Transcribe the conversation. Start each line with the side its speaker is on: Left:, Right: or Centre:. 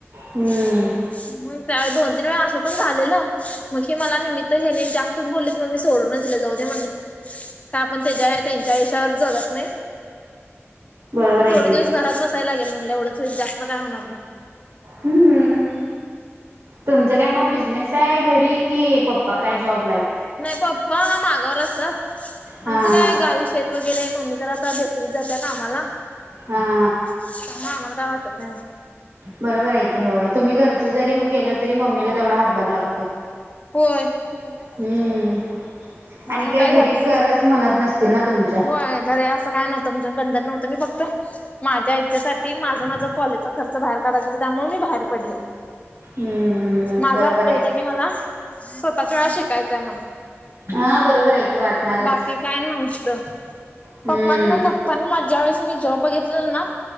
Right: हम्म
Left: <inaudible> मग त्यावेळस दोन तीन वेळा असं पण झालेलं, मग हे मला निमित्त हे लयं जास्तच बोलले मग मी सोडूनच दिलं जाऊ दे म्हणल. काय आपण त्याच्या, त्यांच्या आयुष्यावर जगत नाही.
Right: बरोबर आहे
Left: थोडे
Right: की
Left: दिवस घरात बसायला लागेल म्हणलं, एवढंच होइल जास्त काय होणार नाय.
Right: हम्म. तुमचं काय मग बिझनेस आहे घरी की? पप्पा काय जॉब ला हायत?
Left: नाही पप्पा मागावर असतात.
Right: हा
Left: आमचं काय
Right: हा
Left: गावी शेत त वगैरे आहे. मम्मी जरा आता बेकरीत जात्या कामाला.
Right: हा.
Left: त्यामुळं आम्हाला काय वाटत नाही एवढं.
Right: बरोबर आहे की, होय. तुम्ही घरच मग जरी केलं तरी, मम्मीला तेवढा हातभार लागतोय.
Left: होय. किचनच्या खाली
Right: हम्म
Left: काय
Right: आणि
Left: मग काय
Right: घरी
Left: झाडती
Right: करच
Left: ग? <inaudible>
Right: म्हणत नसतील ना तुमच्या
Left: होय. घर असं काय नस तुमचं बंधन नव्हतं न फक्त. माझ्या इच्छेसाठी माझा माझा कॉलेजचा खर्च बाहेर काढायचा होता त्यामुळे मी बाहेर पडलेले.
Right: हम्म
Left: माझा
Right: बरोबर
Left: हट्ट
Right: आहे
Left: होता की, मला स्वतःच्या शिकायचंय म्हणून.
Right: हा बरोबर आहे. की वाटणारच
Left: बाकी काय नव्हतं
Right: हम्म
Left: पप्पांना मग पण मग ज्या वेळीस मी जॉब बघितलेला ना